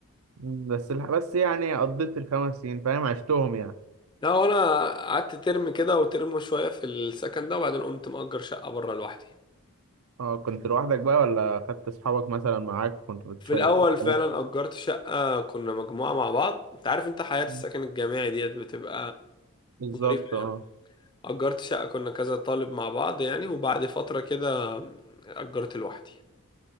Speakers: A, on the right; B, on the left.
A: بس الح- بس يعني قضيت الخمس سنين فاهم عشتهم يعني
B: لا وانا قعدت ترم كده وترم شوية في السكن ده وبعدين قمت مأجر شقة بره لوحدي
A: اه كنت لوحدك بقى ولا خدت اصحابك مثلا معاك كنت بتشي...
B: في الأول
A: بتشي...
B: فعلا أجرت شقة كنا مجموعة مع بعض انت عارف انت حياة السكن
A: مم.
B: الجامعي ديت بتبقى
A: بالظبط
B: ظريفة
A: اه
B: يعني أجرت شقة كنا كذا طالب مع بعض يعني وبعد فترة كده أجرت لوحدي